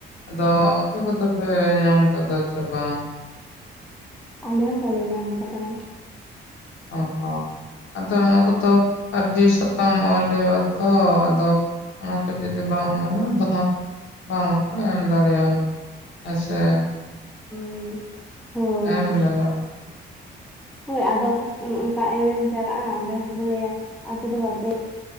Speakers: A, on the left; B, in the centre.
A: ᱟᱫᱚ ᱟᱯᱮ ᱠᱚ ᱫᱚ ᱯᱮ ᱧᱟᱢ ᱠᱟᱫᱟ ᱥᱮ ᱵᱟᱝ
B: ᱟᱞᱮ ᱦᱚᱸ ᱵᱟᱞᱮ ᱧᱟᱢ ᱠᱟᱫᱟ᱾
A: ᱚ ᱟᱫᱚ ᱱᱚᱣᱟ ᱠᱚᱫᱚ ᱟᱨᱡᱤ ᱥᱟᱠᱟᱢ ᱚᱞ ᱦᱳᱭᱳᱜᱼᱟ ᱛᱚ ᱟᱫᱚ ᱚᱱᱟ ᱠᱚ ᱡᱩᱫᱤ ᱵᱟᱢ ᱚᱞᱟ <unintelligible> ᱵᱟᱝ ᱦᱚᱸ ᱠᱚ ᱮᱢ ᱫᱟᱲᱮᱭᱼᱟ᱾ <unintelligible>
B: ᱦᱳᱭ ᱦᱳᱭ
A: ᱮᱢ ᱞᱟᱜᱟᱜ-ᱟ
B: ᱦᱳᱭ ᱟᱫᱚ ᱮᱢ ᱮᱢ ᱪᱟᱞᱟᱜᱼᱟ ᱚᱸᱰᱮ ᱦᱚᱸᱯᱮ ᱞᱟᱹᱭ-ᱟ ᱟᱯᱮ ᱫᱚ ᱵᱟ ᱯᱮ